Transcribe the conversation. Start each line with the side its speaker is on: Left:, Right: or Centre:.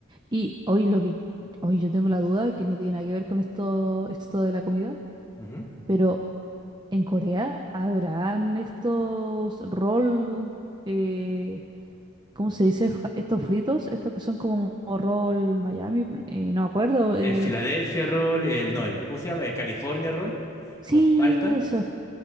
Right: Y hoy lo que hoy yo tengo la duda que no tiene nada que ver con esto esto de la comida,
Left: Ujú.
Right: pero en Corea habrán estos roll eh, ¿cómo se dice? Fa- Estos fritos, estos que son como roll Miami, eh, no me acuerdo. eh,
Left: El Philadelphia roll, el, no, el, ¿cómo se llama? El California roll,
Right: sí,
Left: con palta.
Right: eso.